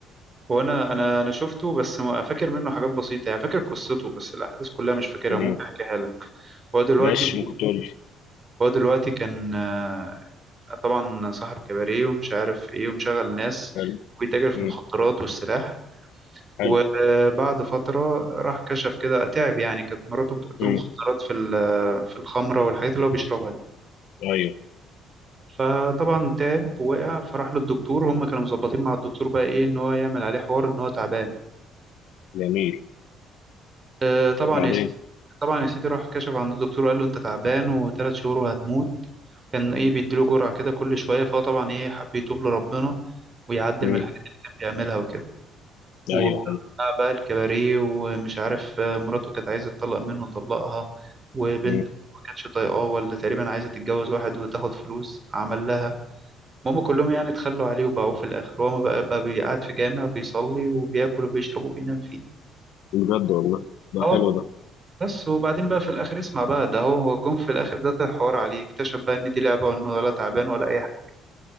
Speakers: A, on the right; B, on the left.
A: هو انا انا انا شفته بس ما- فاكر منه حاجات بسيطه يعني فاكر قصته بس الاحداث كلها مش فاكرها
B: مم.
A: ممكن احكيها لك هو دلوقتي
B: ماشي ممكن تقول لي
A: هو دلوقتي كان آه، طبعا صاحب كباريه ومش عارف ايه ومشغل ناس
B: حلو
A: ويتاجر في
B: مم.
A: المخدرات والسلاح
B: حلو
A: وبعد فترة راح كشف كده تعب يعني كانت مراته بتحط
B: مم.
A: له مخدرات في ال- في الخمرة والحاجات اللي هو بيشربها دي
B: ايوه
A: فطبعا تعب وقع فراح للدكتور هم كانوا مظبطين مع الدكتور بقى ايه ان هو يعمل عليه حوار ان هو تعبان
B: جميل
A: آه، طبعا
B: بعدين
A: يا سيدي طبعا يا سيدي راح كشف عند الدكتور وقال له انت تعبان وثلاث شهور وهتموت كان ايه بيديله جرعة كده كل شوية فهو طبعا ايه حب يتوب لربنا ويعدل
B: مم.
A: من الحاجات اللي كان بيعملها وكده وبتاع
B: ايوه حلو
A: بقى الكباريه ومش عارف آه، مراته كانت عايزة تطلق منه طلقها وبنت
B: مم.
A: ما كانتش طايقاه ولا تقريبا عايزة تتجوز واحد وتاخد فلوس عمل لها هما كلهم يعني اتخلوا عليه وباعوه في الآخر وهو بقى بقى بيقعد في جامع بيصلي وبياكل وبيشرب وبينام فيه
B: بجد والله ده
A: اه والله،
B: حلو ده
A: بس وبعدين بقى في الآخر اسمع بقى ده هو جم في الآخر ده طلع حوار عليه اكتشف بقى إن دي لعبة وإنه ولا تعبان ولا أي حاجة